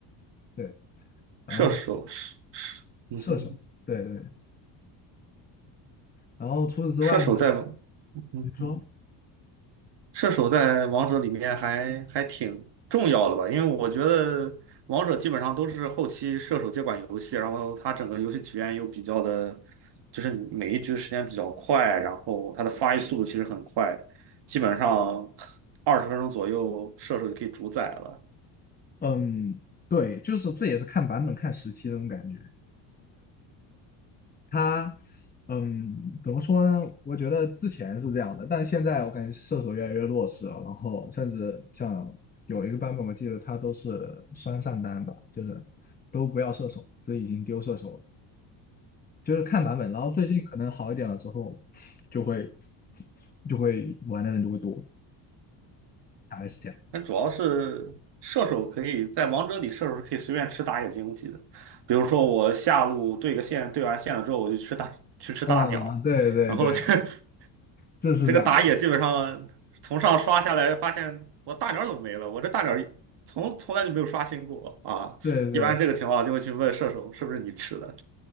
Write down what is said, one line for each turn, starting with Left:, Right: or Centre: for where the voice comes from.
Left: 对，然后
Right: 射手是是，嗯哼，
Left: 射手，对对对然后除此之外呢，
Right: 射手在嗯，
Left: 你说，
Right: 射手在王者里面还还挺重要的吧？因为我觉得王者基本上都是后期射手接管游戏，然后它整个游戏体验又比较的，就是每一局时间比较快，然后它的发育速度其实很快，基本上二十分钟左右射手就可以主宰了。
Left: 嗯，对，就是这也是看版本、看时期的那种感觉。他，嗯，怎么说呢？我觉得之前是这样的，但现在我感觉射手越来越弱势了。然后甚至像有一个版本，我记得他都是双上单吧，就是都不要射手，就已经丢射手了。就是看版本。然后最近可能好一点了之后，就会就会玩的人就会多，大概是这样。
Right: 那主要是射手可以在王者里，射手是可以随便吃打野经济的。比如说我下路对个线，对完线了之后，我就吃大去吃大鸟，
Left: 啊、对对对，
Right: 然后这 <laughs>
Left: 这是这样，
Right: 这个打野基本上从上刷下来，发现我大鸟怎么没了？我这大鸟从从来就没有刷新过啊！
Left: 对对对，
Right: 一般这个情况就会去问射手是不是你吃的。